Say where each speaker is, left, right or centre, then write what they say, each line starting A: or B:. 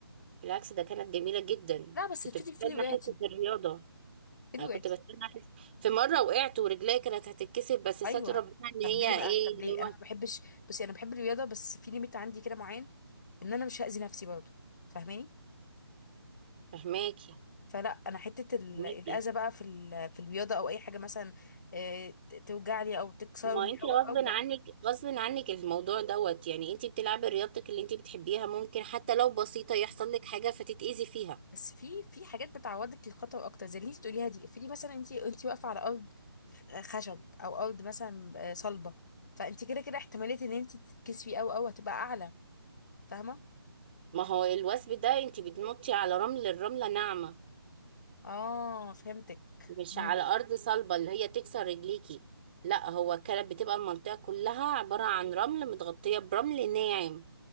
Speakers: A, on the right; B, on the left.
A: بالعكس ده كانت جميلة جدا
B: لا بس
A: كنت
B: في
A: بستنى
B: في وقعتي
A: حتة الرياضة
B: في
A: انا
B: وقعتي
A: كنت بستنى حتة في مرة وقعت ورجلي كانت هتتكسر بس ستر
B: ايوه
A: ربنا ان هي
B: طب ليه بقى
A: ايه
B: طب
A: اللي
B: ليه انا
A: هو
B: ما بحبش بس انا بحب الرياضه بس في ليميت عندي كده معين ان انا مش هاذي نفسي برضو فاهماني
A: فهماكي
B: فلا انا حته ال-
A: فهماكي
B: الاذى بقى في ال- في الرياضه او اي حاجه مثلا آه، ت- توجعني او تكسرني
A: ما انت
B: او
A: غصب
B: او لا
A: عنك غصب عنك الموضوع دوت يعني انت بتلعبي رياضتك اللي انت بتحبيها ممكن حتى لو بسيطة يحصل لك حاجة فتتأذي فيها
B: بس في في حاجات بتعوضك للخطر اكتر زي اللي انت بتقوليها دي افرضي مثلا انت انت واقفه على ارض خشب او ارض مثلا آه، صلبه فانت كده كده احتماليه ان انت تتكسفي او او هتبقى اعلى فاهمه
A: ما هو الوثب ده انت بتنطي على رمل الرملة ناعمة
B: اه فهمتك
A: مش
B: مم.
A: على أرض صلبة اللي هي تكسر رجليكي لا هو كانت بتبقى المنطقة كلها عبارة عن رمل متغطية برمل ناعم